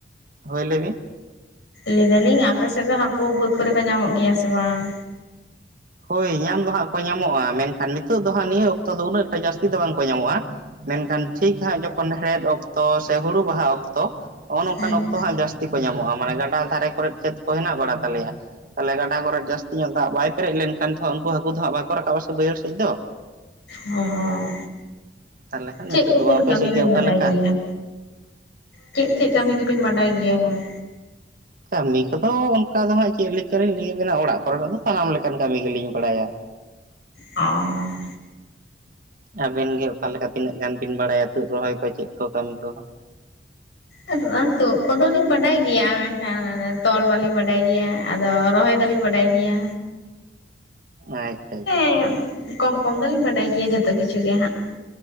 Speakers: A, on the right (about 50°); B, on the left (about 85°).
A: ᱦᱳᱭ ᱞᱟᱹᱭ ᱵᱤᱱ᱾
B: ᱞᱟᱹᱭᱫᱟ ᱞᱤᱧ ᱟᱯᱮ ᱥᱮᱫ ᱫᱚ ᱦᱟᱹᱠᱩ ᱵᱟᱹᱫᱽ ᱠᱚᱨᱮ ᱠᱚ ᱧᱟᱢᱚᱜ ᱜᱮᱭᱟ ᱥᱮ ᱵᱟᱝ?
A: ᱦᱳᱭ ᱧᱟᱢ ᱫᱚ ᱦᱟᱸᱜ ᱠᱚ ᱧᱟᱢᱚᱜ-ᱟ ᱢᱮᱱᱠᱷᱟᱱ ᱱᱤᱛᱚᱜ ᱫᱚ ᱦᱟᱸᱜ ᱱᱤᱭᱟᱹ ᱚᱠᱛᱚ ᱫᱚ ᱩᱱᱟᱹᱜ ᱮᱠᱴᱟ ᱡᱟᱹᱥᱛᱤ ᱫᱚ ᱵᱟᱝᱠᱚ ᱧᱟᱢᱚᱜ-ᱟ᱾ ᱢᱮᱱᱠᱷᱟᱱ ᱴᱷᱤᱠ ᱦᱟᱸᱜ ᱡᱚᱠᱷᱚᱱ ᱦᱮᱲᱦᱮᱫ ᱚᱠᱛᱚ ᱥᱮ ᱦᱩᱲᱩ ᱵᱟᱦᱟ ᱚᱠᱛᱚ ᱦᱚᱸᱜᱼᱚ ᱱᱚᱝᱠᱟᱱ
B: ᱦᱮᱸ
A: ᱚᱠᱛᱚ ᱦᱟᱸᱜ ᱡᱟᱹᱥ ᱛᱤ ᱠᱚ ᱧᱟᱢᱚᱜ-ᱟ ᱢᱟᱱᱮ ᱜᱟᱰᱟ ᱫᱷᱟᱨᱮ ᱠᱚᱨᱮᱫ ᱠᱷᱮᱛ ᱠᱚ ᱦᱮᱱᱟᱜ ᱵᱟᱲᱟ ᱛᱟᱞᱮᱭᱟ ᱛᱟᱦᱚᱞᱮ ᱜᱟᱰᱟ ᱠᱚᱨᱮ ᱡᱟᱹᱥᱛᱤ ᱧᱚᱜ ᱫᱟᱜ ᱵᱟᱭ ᱯᱮᱨᱮᱡ ᱞᱮᱱᱠᱷᱟᱱ ᱛᱷᱚ ᱩᱱᱠᱩ ᱦᱟᱹᱠᱩ ᱫᱚ ᱦᱟᱸᱜ ᱵᱟᱠᱚ ᱨᱟᱠᱟᱵ-ᱟ ᱥᱮ ᱵᱟᱹᱭᱦᱟᱹᱲ ᱥᱮᱫ ᱫᱚ᱾
B: ᱦᱚᱸ,
A: ᱛᱟᱦᱚᱞᱮ ᱠᱷᱟᱱ
B: ᱪᱮᱫ
A: ᱱᱤᱛᱚᱜ
B: ᱠᱚᱵᱤᱱ
A: ᱫᱚ ᱟᱯᱮ
B: ᱠᱟᱹᱢᱤ
A: ᱥᱮᱫ
B: ᱵᱤᱱ
A: ᱜᱮ ᱚᱠᱟ
B: ᱵᱟᱰᱟᱭ
A: ᱞᱮᱠᱟ
B: ᱜᱮᱭᱟ? ᱪᱮᱫ ᱪᱮᱫ ᱠᱟᱹᱢᱤ ᱠᱚᱵᱤᱱ ᱵᱟᱰᱟᱭ ᱜᱮᱭᱟ ᱵᱚᱞᱮ?
A: ᱠᱟᱹᱢᱤ ᱠᱚᱫᱚ ᱚᱱᱠᱟ ᱫᱚ ᱦᱟᱸᱜ ᱪᱮᱫ ᱞᱮᱠᱟ ᱞᱤᱧ ᱞᱟᱹᱭ ᱟᱵᱮᱱᱟ ᱚᱲᱟᱜ ᱠᱚᱨᱮᱱᱟᱜ ᱫᱚ ᱥᱟᱱᱟᱢ ᱞᱮᱠᱟᱱ ᱠᱟᱹᱢᱤ ᱜᱮᱞᱤᱧ ᱵᱟᱲᱟᱭᱟ᱾
B: ᱚᱸ᱾
A: ᱟᱵᱮᱱ ᱜᱮ ᱚᱠᱟ ᱞᱮᱠᱟ ᱛᱤᱱᱟᱹᱜ ᱜᱟᱱ ᱵᱤᱱ ᱵᱟᱲᱟᱭᱟ ᱛᱩᱫ ᱨᱚᱦᱚᱭ ᱠᱚ ᱪᱮᱫ ᱠᱚ ᱠᱟᱹᱢᱤ ᱠᱚᱦᱚᱸ᱾
B: ᱟᱫᱚ ᱵᱟᱝ ᱛᱩᱫ ᱠᱚᱫᱚ ᱞᱤᱧ ᱵᱟᱰᱟᱭ ᱜᱮᱭᱟ ᱢᱮᱱᱠᱷᱟᱱ ᱚᱱᱮ ᱛᱚᱞ ᱵᱟᱞᱤᱧ ᱵᱟᱰᱟᱭ ᱜᱮᱭᱟ᱾ ᱟᱫᱚ ᱨᱚᱦᱚᱭ ᱫᱚᱞᱤᱧ ᱵᱟᱰᱟᱭ ᱜᱮᱭᱟ᱾
A: ᱟᱪᱪᱷᱟ ᱟᱪᱪᱷᱟ᱾
B: <unintelligible> ᱠᱚᱢ ᱠᱚᱢ ᱫᱚᱞᱤᱧ ᱵᱟᱰᱟᱭ ᱜᱮᱭᱟ ᱡᱚᱛᱚ ᱠᱤᱪᱷᱩ ᱜᱮ ᱦᱟᱸᱜ᱾